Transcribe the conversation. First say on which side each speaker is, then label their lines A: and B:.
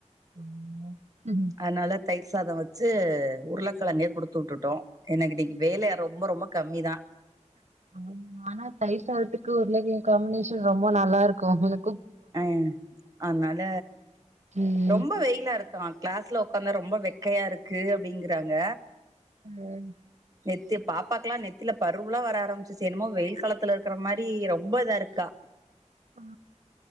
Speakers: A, on the right (about 65°); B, on the right (about 30°).
A: உம்மா ம்
B: அதனால தயிர் சாத வச்சு உருளக்கிழங்க எப் குடுத்து வுட்டுட்டோ எனக்கு இனைக்கு வேல ரொம்ப ரொம்ப கம்மி தா
A: ஆ ஆனா தயிர் சாதத்துக்கு உருள கிழங் காம்பினேஷன் ரொம்ப நல்லா இருக்கும் என
B: அ அதனால
A: ம்.
B: ரொம்ப வெயிலா இருக்கா கிளாஸ்ல வொக்காந்தா ரொம்ப வெக்கையா இருக் க்கு அப்டிங்கறாங்க
A: ம்.
B: நெத்தி பாப்பாக்கலா நெத்தில பருவலா வர ஆரமிச்சு செ என்னமோ வெயில்க் காலத்துல இருக்கிற மாரி ரொம் ரொம்ப இதா இருக்கா
A: ஆ